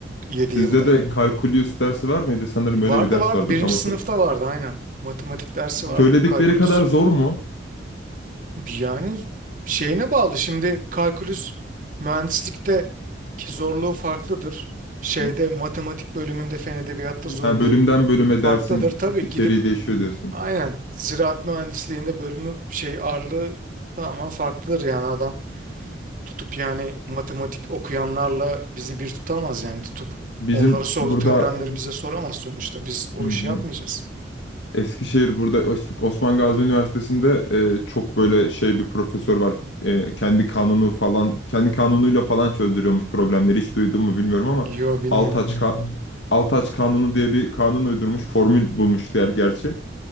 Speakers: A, on the right; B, on the left.
A: 7
B: Sizde
A: yılda.
B: de kalkulüs dersi var mıydı? Sanırım öyle
A: Vardı
B: bir ders
A: vardı
B: vardı
A: birinci
B: tam hatır.
A: sınıfta vardı aynen. Matematik dersi vardı
B: Söyledikleri
A: kalkülüs.
B: kadar zor mu?
A: Yani şeyine bağlı şimdi kalkülüs mühendislikte ki zorluğu farklıdır. Şeyde
B: Hı?
A: matematik bölümünde fen edebiyatta zorluğu
B: Ha, bölümden bölüme
A: farklıdır.
B: dersin
A: Tabii
B: içeriği
A: gidip
B: değişiyor diyorsun.
A: aynen ziraat mühendisliğinde bölümü şey ağırlığı tamamen farklıdır yani adam tutup yani matematik okuyanlarla bizi bir tutamaz yani tutup
B: Bizim
A: onları sordu
B: burada
A: teoremleri
B: başka
A: bize
B: tabii.
A: soramaz sonuçta biz o
B: Hı hı.
A: işi yapmayacağız.
B: Eskişehir burada Os- Osman Gazi Üniversitesi'nde e, çok böyle şey bir profesör var. E, kendi kanunu falan kendi kanunuyla falan çözdürüyormuş problemleri. Hiç duydun mu bilmiyorum ama
A: Yo bilmiyorum.
B: Altaç ka Altaç Kanunu diye bir kanun uydurmuş. Formül bulmuş diğer gerçi.